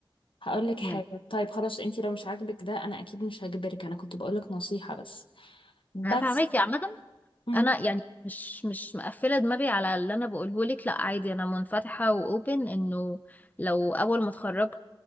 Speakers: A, on the left (about 70°); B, on the left (about 20°).
A: هقول لك حاجه
B: يعني
A: طيب خلاص انتي لو مش عاجبك ده انا اكيد مش هجبرك انا كنت بقول لك نصيحه بس بس
B: انا فاهماكي عامه
A: امم
B: انا يعني مش مش مقفله دماغي على اللي انا بقوله لك لا عادي انا منفتحه واوبن انه لو اول ما اتخرجت